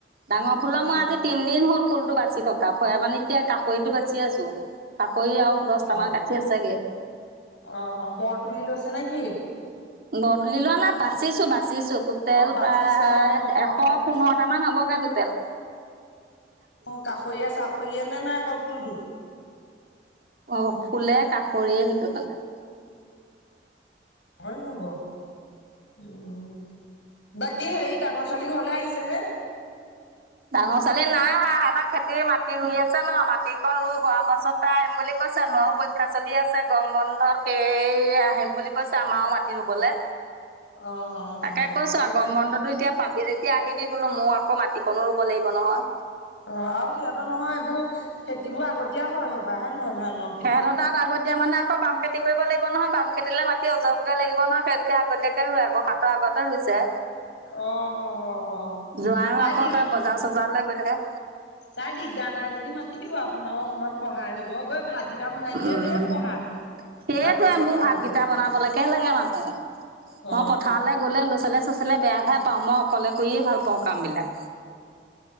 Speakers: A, on the right; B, on the left.
A: ডাঙৰ ফুলৰ
B: অ
A: মই আজি তিনদিন হ'ল ফুলটো বাচি থকা, ভৈয় মানে কি এতিয়া কাষৰিটো বাচি আছো। কাষৰি আৰু দহটা
B: অ অ
A: মান কাঠি আছেগে।
B: অ অ বৰ তুলি লৈছেনে কি?
A: বৰ তুলি লোৱা নাই বাচিছো বাচিছো টুটেল
B: অ বাচিছে
A: প্ৰায়
B: অ অ
A: এশ
B: অ গম পাইছো
A: পোন্ধৰ টা মান হ'বগে টুটেল।
B: অ' কাষৰীয়া চাষৰীয়া নে নাই অকল ফুলটো।
A: অ' ফুলে কাষৰিয়ে সেইটোতা নাই।
B: হয়, হ'ব উম। বাকী হেৰি ডাঙৰ ছোৱালী ঘৰলৈ আহিছে নে?
A: ডাঙৰ ছোৱালী নাই অহা, সিহঁতৰ খেতি মাটি ৰুই আছে ন মাটি কন ৰুই হোৱাৰ পাছত তাই আহিম বুলি কৈছে ল'ৰাও পৰী ক্ষা চলি আছে, গৰম বন্ধত সেইয়ে আহিম বুলি কৈছে আমাৰো মাটি ৰুবলে।
B: অ অ
A: তাকে
B: অ
A: কৈছো
B: এতিয়া
A: আও গৰম বন্ধতো এতিয়া পাবি যেতিয়া আহিবি বোলো, মোৰ আকৌ মাটিকনো ৰুব লাগিব নহয়।
B: অ' আৰু সিহঁতৰ নহয় এইবোৰ, খেতি বোৰ আগতীয়া হয় সপাই হয়নে নহয় ধানক।
A: সিঁহত তাত আগতীয়া মানে আকৌ বাম খেতি কৰিব লাগিব নহয় বাম খেতিলৈ মাটি অজৰাবলৈ লাগিব নহয় সেইকা আগতীয়াকে ৰুৱে আকৌ শাক। ত আগতে ৰুইছে।
B: অ অ অ
A: জোঁৱাইও
B: তাই
A: আকৌ
B: দিগ
A: সেই বজাৰ-চজাৰলৈ গৈ থাকে।
B: তাই দিগদাৰ নাই যদি মাতি দিব, আপোনাও অকমান সহায় হব গৈ ভাতকে টা বনাই দিলে
A: উম
B: ঢেৰ সহায়।
A: সেইটোৱে
B: বাকী পথাৰলৈ
A: মোৰ ভাতকেইটা
B: নগলেও
A: বনাবলৈকে লাগে মানুহ,
B: অ
A: মই পথাৰলে গ'লে ল'ৰা‌-ছোৱালীয়ে চৰা ছোৱালীয়ে বেয়াহে পাওঁ, মই অকলে কৰিয়ে ভাল পাওঁ কাম বিলাক।